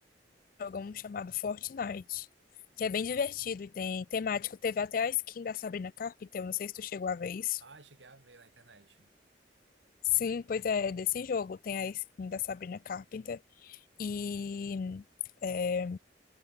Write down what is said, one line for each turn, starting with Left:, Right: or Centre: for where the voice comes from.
Left: joga um chamado Fortnite, que é bem divertido e tem temático. Teve até a skin da Sabrina Carpenter, eu não sei se tu chegou a ver isso.
Right: Ah, cheguei a ver na internet.
Left: Sim, pois é, desse jogo tem a skin da Sabrina Carpenter e é,